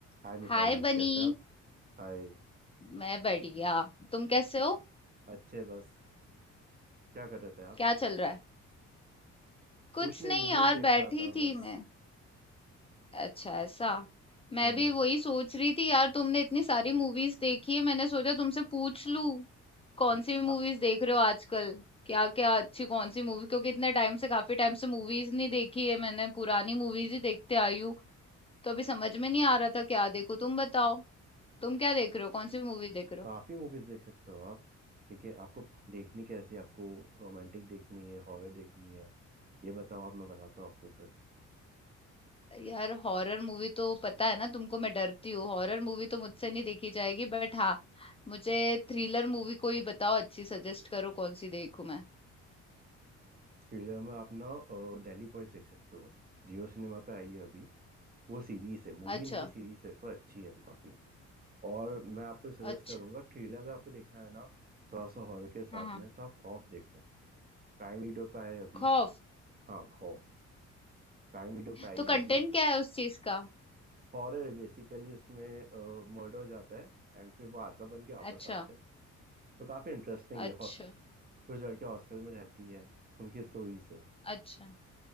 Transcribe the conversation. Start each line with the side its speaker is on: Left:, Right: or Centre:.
Right: हाय मिताली
Left: हाय Bunny
Right: कैसे आप हाय
Left: मैं बढ़िया तुम कैसे हो
Right: अच्छे बस क्या कर रहे थे आप
Left: क्या चल रहा है कुछ
Right: कुछ नहीं
Left: नहीं
Right: मूवीज
Left: यार
Right: देख
Left: बैठी
Right: रहा था बस
Left: थी मैं अच्छा ऐसा मैं
Right: हम्म
Left: भी वही सोच रही थी यार तुमने इतनी सारी मूवीज देखी है मैंने सोचा तुमसे पूछ लूं कौन सी मूवीज
Right: आ-
Left: देख रहे हो आजकल क्या क्या अच्छी कौन सी मूवी क्योंकि इतने टाइम से काफी टाइम से मूवीज नहीं देखी है मैंने पुरानी मूवीज ही देखते आई हूँ तो अभी समझ में नहीं आ रहा था क्या देखो तुम बताओ तुम क्या देख रहे हो कौन सी मूवी देख रहे हो
Right: काफी मूवीज देख सकते हो आप ठीक है आपको देखनी कैसी आपको रोमांटिक देखनी है हॉरर देखनी है ये बताओ आप मैं बताता हूँ आपको फिर
Left: यार हॉरर मूवी तो पता है ना तुमको मैं डरती हूँ हॉरर मूवी तो मुझसे नहीं देखी जाएगी बट हाँ मुझे थ्रिलर मूवी कोई बताओ अच्छी सजेस्ट करो कौन सी देखूं मैं
Right: थ्रिलर में आप ना दिल्ली बॉयज देख सकते हो जियो सिनेमा पे आई है अभी वो सीरीज है मूवी
Left: अच्छा
Right: नहीं है सीरीज है पर अच्छी है वो काफी और मैं आपको सजेस्ट
Left: अच्छा
Right: करूंगा थ्रिलर अगर आपको देखना है ना थोड़ा सा हॉरर के साथ
Left: हाँ हाँ
Right: में तो आप खौफ देखो प्राइम वीडियो पे आए अभी
Left: खौफ
Right: हाँ खौफ प्राइम वीडियो पे आई
Left: तो कंटेंट
Right: है अभी
Left: क्या है उस चीज का
Right: हॉरर है बेसिकली उसमें मर्डर हो जाता है एंड फिर वो आत्मा बन के वापस
Left: अच्छा
Right: आते हैं तो काफी इंटरेस्टिंग
Left: अच्छा
Right: है हो- कुछ लड़कियां हॉस्टल में रहती है उनकी स्टोरीज है
Left: अच्छा